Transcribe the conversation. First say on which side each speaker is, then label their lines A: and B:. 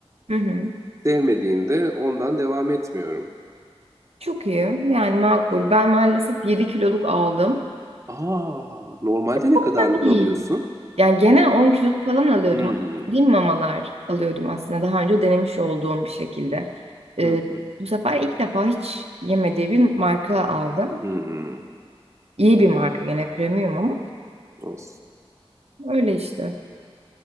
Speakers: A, on the right; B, on the right.
A: Hı hı.
B: Sevmediğinde ondan devam etmiyorum.
A: Çok iyi. Yani makul. Ben maalesef 7 kiloluk aldım.
B: Aa, normalde ne
A: Çok
B: kadarlık
A: da değil.
B: alıyorsun?
A: Yani genel 10 kiloluk falan alıyordum.
B: Hmm.
A: ama Dediğim mamalar alıyordum aslında. Daha önce denemiş olduğum bir şekilde. Ee,
B: Hı hı.
A: bu sefer ilk defa hiç yemediği bir marka aldım.
B: Hmm.
A: İyi bir marka yine premium ama
B: Olsun.
A: öyle işte.